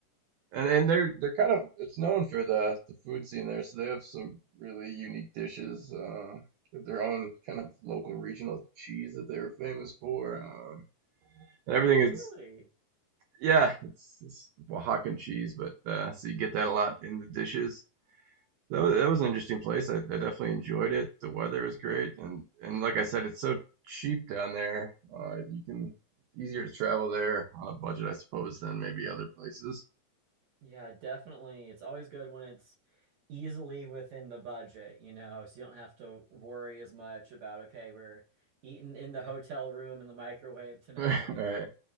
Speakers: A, on the right; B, on the right.
A: And and they're they're kind of it's known for the the food scene there, so they have some really unique dishes. Uh, with their own kind of local regional cheese that they were famous for. Um, and everything
B: Oh,
A: is
B: really?
A: yeah, it's, it's Oaxacan cheese, but uh, so you get that a lot in the dishes. That was, that was an interesting place. I, I definitely enjoyed it. The weather was great, and and like I said, it's so cheap down there. Uh, you can it's easier to travel there on a budget, I suppose, than maybe other places.
B: Yeah, definitely. It's always good when it's easily within the budget, you know, so you don't have to worry as much about, okay, we're eating in the hotel room in the microwave
A: <laughs>
B: tonight.
A: Right.